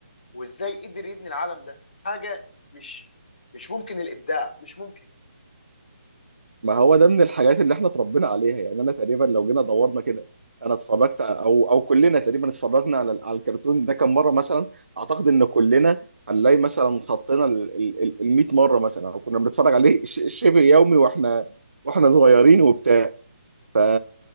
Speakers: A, on the left; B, on the right.
A: وازاي قدر يبني العالم ده حاجة مش مش ممكن الابداع مش ممكن
B: ما هو ده من الحاجات اللي احنا اتربينا عليها يعني انا تقريبا لو جينا دورنا كده انا اتفرجت او او كلنا تقريبا اتفرجنا على على الكرتون ده كم مره مثلا اعتقد ان كلنا هنلاقي مثلا خطينا ال 100 مره مثلا او كنا بنتفرج عليه <laughs> ش- شبه يومي واحنا واحنا صغيرين وبتاع ف